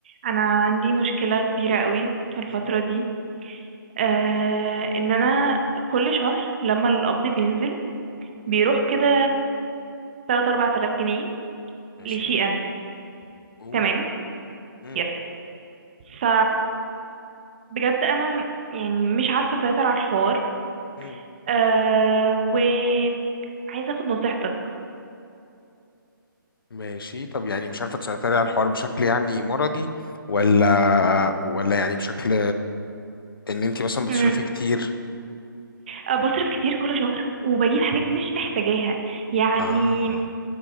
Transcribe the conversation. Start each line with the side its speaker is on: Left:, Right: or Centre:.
Right: انا عندي مشكله كبيره قوي الفتره
Left: مهم.
Right: دي آه ان انا كل شهر لما القبض بينزل بيروح كده 3 4000 جنيه
Left: ماشي
Right: لشي ان
Left: اوه
Right: تمام
Left: مم.
Right: يس ف بجد انا يعني مش عارفه اسيطر على الحوار
Left: مم.
Right: آه وعايزه اخد نصيحتك
Left: ماشي طب يعني مش عارفة تسيطري على الحوار بشكل يعني مرضي ولا ولا يعني بشكل ان انت مثلا بتصرفي
Right: مم.
Left: كتير
Right: آه، بصرف كتير كل شهر وبجيب حاجات مش محتاجاها يعني
Left: اه